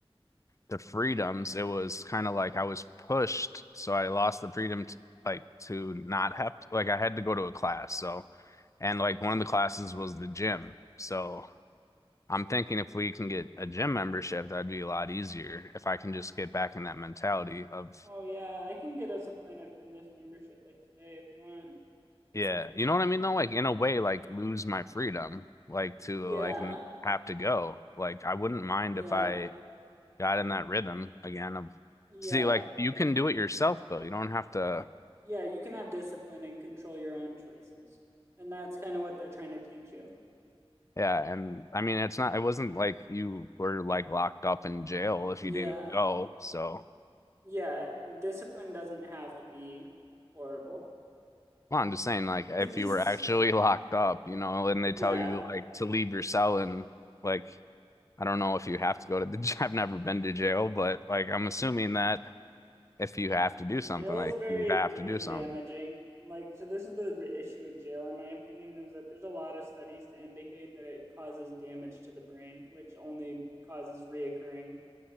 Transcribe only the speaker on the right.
Oh yeah, I can get us a Planet Fitness membership like today if you want.
Yeah,
yeah,
yeah,
yeah. You can have discipline and control your own choices, and that's kind of what they're trying to teach you.
Yeah,
yeah. Discipline doesn't have to be horrible.
<laughs>
Yeah,
Jail
is very
brain
damaging. Like, so this is the issue with jail, in my opinion, is that there's a lot of studies to indicate that it causes damage to the brain, which only causes reoccurring